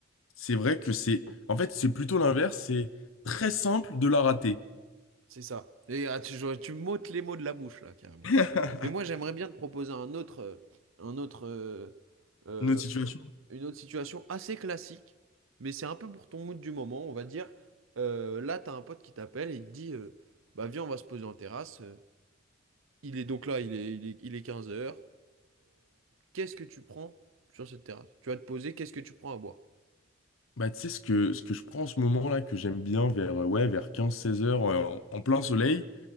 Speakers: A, on the left; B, on the right.
A: C'est vrai que c'est... En fait, c'est plutôt l'inverse, c'est très simple de la rater.
B: C'est ça. Et ah, tu, je- tu m'ôtes les mots de la bouche là, carrément.
A: <laughs>
B: Et moi, j'aimerais bien te proposer un autre, euh, un autre euh, euh,
A: Notre situation.
B: une autre situation assez classique, mais c'est un peu pour ton mood du moment, on va dire. Euh, là, t'as un pote qui t'appelle et il te dit euh, Bah, viens, on va se poser en terrasse. Euh, Il est donc là, il est, il est, il est 15h. qu'est-ce que tu prends sur cette terrasse? Tu vas te poser, qu'est-ce que tu prends à boire?
A: Bah, tu sais, ce que, ce que je prends en ce moment là, que j'aime bien vers, euh, ouais, vers quinze seize heures euh, en, en plein soleil,